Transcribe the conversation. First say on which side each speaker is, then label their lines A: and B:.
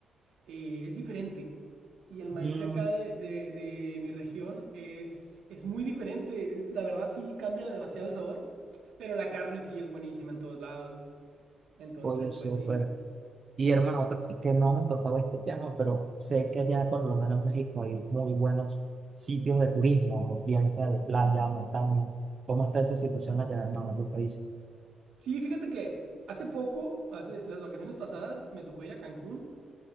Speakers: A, on the right; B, on the right.
A: eh, es diferente. Y el maíz
B: Mm,
A: de acá de, de- de mi región es, es muy diferente. La verdad sí cambia demasiado el sabor, pero la carne sí es buenísima en todos lados. Entonces,
B: oye, súper.
A: pues sí.
B: Y hermano, otro que no me tocaba este tema, pero sé que allá por lo menos en México hay muy buenos sitios de turismo, bien sea de playa, montaña. ¿Cómo está esa situación allá, hermano, en tu país?
A: Sí, fíjate que hace poco, hace las vacaciones pasadas, me tocó ir a Cancún